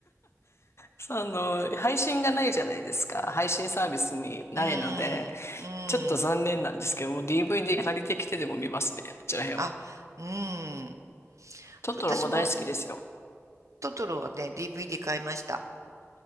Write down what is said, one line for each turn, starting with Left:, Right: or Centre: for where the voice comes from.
Left: その、配信がないじゃないですか。配信サービスにないので、
Right: うん。うん。
Left: ちょっと残念なんですけども、DVD 借りてきてでも見ますね、あちら辺は。
Right: あ、うん。
Left: トトロも大好きですよ。
Right: 私もトトロはね、DVD 買いました。